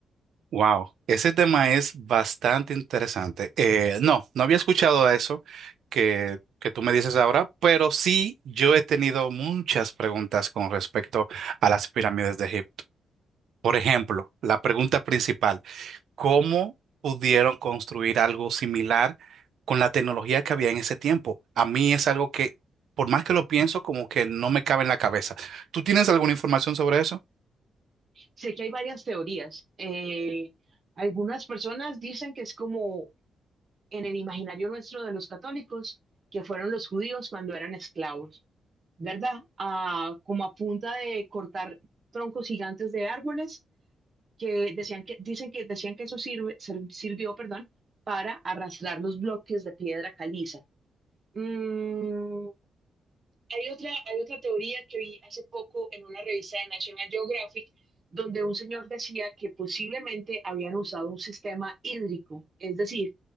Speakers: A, on the right (about 65°); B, on the right (about 35°).
A: Wow, ese tema es bastante interesante. Eh, no, no había escuchado eso que, que tú me dices ahora, pero sí yo he tenido muchas preguntas con respecto a las pirámides de Egipto. Por ejemplo, la pregunta principal, ¿cómo pudieron construir algo similar con la tecnología que había en ese tiempo? A mí es algo que, por más que lo pienso, como que no me cabe en la cabeza. ¿Tú tienes alguna información sobre eso?
B: Sé que hay varias teorías. Eh, algunas personas dicen que es como en el imaginario nuestro de los católicos, que fueron los judíos cuando eran esclavos. ¿verdad? Ah, como a punta de cortar troncos gigantes de árboles que decían que, dicen que decían que eso sirve, ser- sirvió, perdón, para arrastrar los bloques de piedra caliza. Mm, hay otra, hay otra teoría que vi hace poco en una revista de National Geographic, donde un señor decía que posiblemente habían usado un sistema hídrico, es decir,